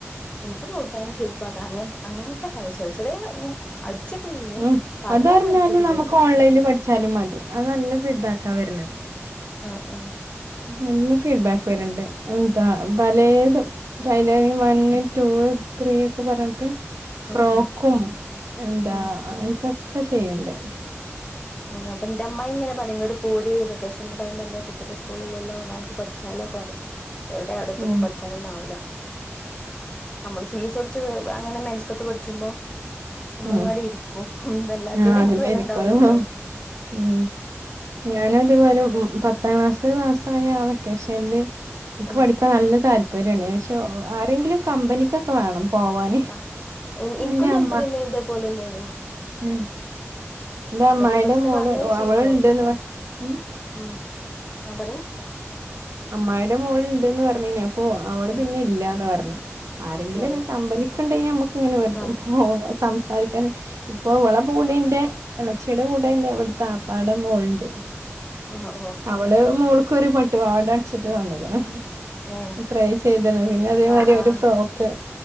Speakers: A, on the left (about 25°); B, on the right (about 85°).
A: <unintelligible> ഇട്ടാനും ഷേപ്പ് ആക്കാം അങ്ങനത്തെ <unintelligible> <unintelligible> അടിച്ചൊക്കെ ചെയ്യും
B: ഉം
A: പറഞ്ഞുതന്നാ
B: അതറിഞ്ഞാല്
A: അടിച്ചൊക്കെ
B: നമുക്ക്
A: ചെയ്യും
B: ഓൺലൈനിൽ പഠിച്ചാലും മതി അത് നല്ല ഫീഡ്ബാക്കാ വരുന്നത്
A: ആഹ് ആഹ്
B: നല്ല ഫീഡ്ബാക്ക് വരുണ്ട് ആ പലേതും ടൈലറിങ് വൺ ടൂ ത്രീ ഒക്കെ പറഞ്ഞിട്ട് ഫ്രോക്കും
A: ഉം ഉം
B: എന്താ
A: ഉം
B: അങ്ങനത്തൊക്കെ ചെയ്യ്ണ്ട്
A: ഉം അപ്പ എന്റെ അമ്മായി ഇങ്ങനെ പറയും ഇങ്ങട് പോര് വെക്കേഷന്റെ ടൈം അല്ലേ കുട്ടികൾക്ക് സ്കൂളില്ലല്ലോ <unintelligible> പഠിച്ചാല് <unintelligible> ഇവിടെ അടുത്തൊന്നും
B: ഉം
A: പഠിച്ചാലൊന്നും ആവൂല്ല നമ്മള് ഫീസ് ഒടിച്ച് അങ്ങനെ മെനക്കെട്ട് പഠിച്ചുമ്പോ അമ്മ
B: ഉം
A: അങ്ങാടി ഇരിക്കും അല്ലാതേന്
B: ആഹ് ആദ്യമേരിക്കും
A: നമ്മുക്ക് വിലണ്ടാവൂല്ലല്ലോ
B: അത് ഉം ഞാനും അതുപോലെ
A: അങ്ങനെ
B: പത്താം ക്ലാസ് പാസ്സായ ആ വെക്കേഷനിൽ എനിക്ക്
A: ആഹ്
B: പഠിക്കാൻ നല്ല താല്പര്യാണ് ആരെങ്കിലും കമ്പനിക്കൊക്കെ വേണം പോവാന്
A: ആ എനിക്കും
B: എന്റെ
A: താല്പര്യ
B: അമ്മ
A: എന്തോ പോലെന്നെയന്
B: ഉം എന്റെ
A: എന്നിട്ടിമ്മച്ചീനെ
B: അമ്മായിടെ മോള്
A: പറഞ്ഞ് വെച്ചിരുന്നോ
B: അവളുണ്ട്ന്ന് പറ ഉം
A: ഉം ആ പറയും
B: അമ്മായിയുടെ മോളുണ്ടെന്ന് പറഞ്ഞു കഴിഞ്ഞപ്പൊ അവള്
A: ഉം
B: പിന്നെ ഇല്ലാന്ന് പറഞ്ഞു ആരെങ്കിലൊക്കെ
A: ഓ
B: കമ്പനിക്കൊണ്ടെ നമ്മുക്ക് ഇങ്ങനെ വെറുതെ
A: ആഹ്
B: പോവാം സംസാരിച്ച സംസാരിക്കാൻ ഇപ്പോ ഇവളുടെ കൂടന്റെ എളേച്ചിയുടെ കൂടന്റെ ഇവിടുത്തെ വാപ്പാടെ മോളുണ്ട്
A: ആഹ് ഓ
B: അവള് മോൾക്കൊരു പട്ടുപവാട അടിച്ചിട്ട് തന്നക്കണ്
A: ഏഹ്
B: ട്രൈ ചെയ്തണം പിന്നെ അതേമാരി
A: ആഹ് ആഹ്
B: ഒരു ഫ്രോക്ക്